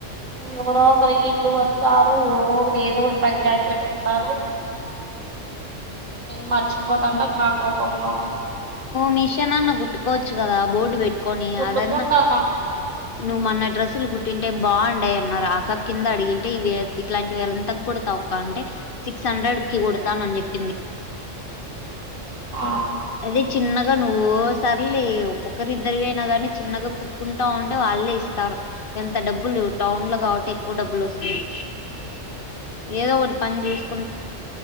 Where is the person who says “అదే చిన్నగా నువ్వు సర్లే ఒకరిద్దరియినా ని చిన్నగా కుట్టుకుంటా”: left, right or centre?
Left